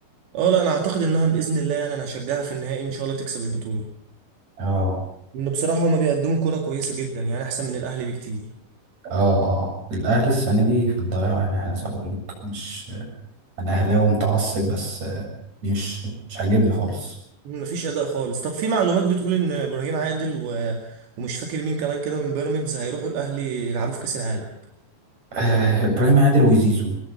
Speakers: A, on the right; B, on the right.
A: أه لا أنا أعتقد إنها بإذن الله يعني أنا هشجعها في النهائي إن شاء الله تكسب البطولة
B: اه
A: إن بصراحة هما بيقدموا كرة كويسة جدا يعني أحسن من الأهلي بكتير
B: اه اه الاهلي السنه دي في الضياع يعني عايز اقول لك مش انا اهلاوي متعصب بس آه، مش مش عاجبني خالص
A: مفيش اداء خالص طب في معلومات بتقول ان ابراهيم عادل و... ومش فاكر مين كمان كده من بيراميدز هيروحوا الاهلي يلعبوا في كاس العالم
B: آه ابراهيم عادل وزيزو